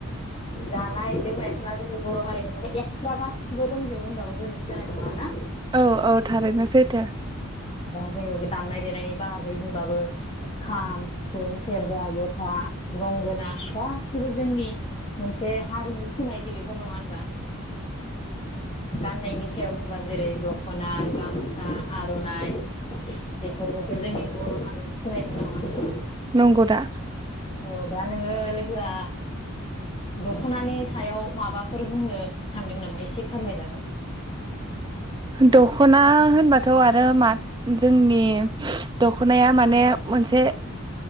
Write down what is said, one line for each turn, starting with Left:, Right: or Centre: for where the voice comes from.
Left: जानाय लोंनायफ्रा जों बर' हारिमुआव एक्सट्रा गासिबो दंजोबो होनबाबो गोरोनथि जानाय नङा ना। दा
Right: औ औ थारैनो सैथो
Left: जोङो बे दामनाय-देनायनि बाहागै बुंबाबो खाम, सिफुं, सेरजा, गथा, गंगोना गासिबो जोंनि मोनसे हारिनि सिनायथि बेफोर नङा होनबा। गाननायनि सायाव बुंबा जेरै रै दख'ना, गामसा, आर'नाइ बेफोरबोदि जोंनि बर' हारिनि सिनायथि नङा होनबा
Right: नंगौ दा
Left: औ दा नोङो ल़ोगोआ दख'नानि सायाव माबाफोर बुंनो सानदों नामा एसे फोरमायजागोन
Right: दख'ना होनबाथ' आरो मा जोंनि दख'नाया माने मोनसे